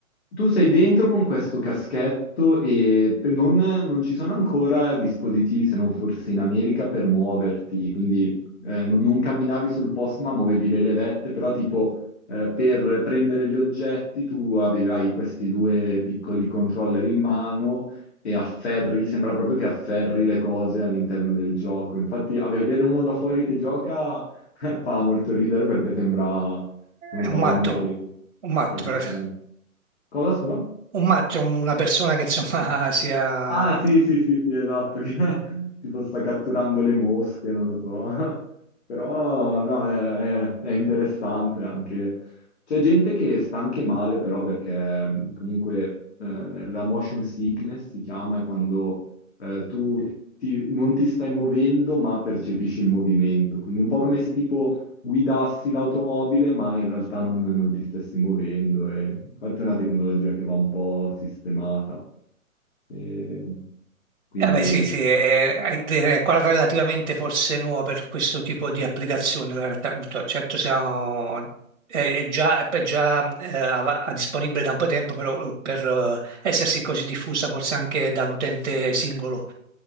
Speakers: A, on the left; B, on the right.
A: Tu sei dentro con questo caschetto e pe- non, non ci sono ancora dispositivi, se non forse in America, per muoverti, quindi eh, non, non camminavi sul posto ma muovevi le levette, però tipo eh, per prendere gli oggetti tu avevi, hai questi due piccoli controller in mano e afferri, sembra proprio che afferri le cose all'interno del gioco. Infatti a vedere uno da fuori che gioca <laughs> fa molto ridere perché sembra, non lo
B: È
A: so,
B: un matto,
A: uno che
B: un matto,
A: sta catturando.
B: per-
A: Cosa, scusa?
B: un matto è una persona che insomma <laughs> sia
A: Ah, sì, sì, sì, sì, esatto, che <laughs> tipo sta catturando le mosche, non lo so. <laughs> Però, no, è, è- è interessante anche. C'è gente che sta anche male, però, perché mh, comunque eh, la motion sickness si chiama, è quando eh, tu ti- non ti stai muovendo, ma percepisci il movimento. Quindi un po' come se tipo guidassi l'automobile, ma in realtà non, non ti stessi muovendo. E infatti è una tecnologia che va un po' sistemata. E quindi
B: Eh, Vabbè, sì, sì, è, è è quella relativamente forse nuova per questo tipo di applicazione. La realtà, virtuale. certo, siamo, è, è già, è già eh, av- disponibile da un po' di tempo, però per eh, essersi così diffusa forse anche dall'utente singolo,